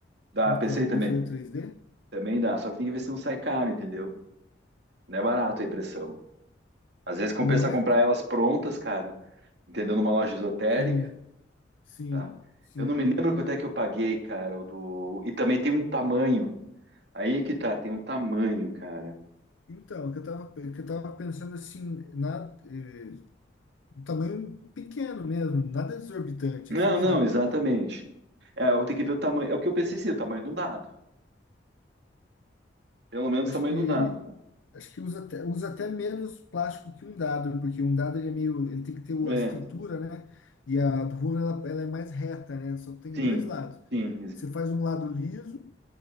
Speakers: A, on the right (about 60°); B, on the left (about 85°).
A: Dá, pensei
B: com a impressora
A: também.
B: 3D?
A: Também dá, só que tem que ver se não sai caro, entendeu? Não é barato a impressão. Às vezes compensa
B: Não é?
A: comprar elas prontas, cara, entendeu? Numa loja esotérica,
B: Sim, sim,
A: tá?
B: sim.
A: Eu não me lembro quanto é que eu paguei, cara, o do... E também tem um tamanho. Aí que tá, tem um tamanho, cara.
B: Então, o que eu tava, o que eu tava pensando assim, na, eh, um tamanho pequeno mesmo, nada exorbitante,
A: Não,
B: assim, sabe?
A: não, exatamente. É, eu tenho que ver o tamanho. É o que eu pensei, sim, o tamanho de um dado. Pelo menos
B: Acho
A: o tamanho
B: que
A: de um dado.
B: acho que usa até, usa até menos plástico que um dado, porque um dado ele é meio, ele tem que ter o-
A: É,
B: a estrutura, né? E a runa ela, ela é mais reta, né? Só tem
A: sim,
B: dois lados.
A: sim,
B: Você faz um lado liso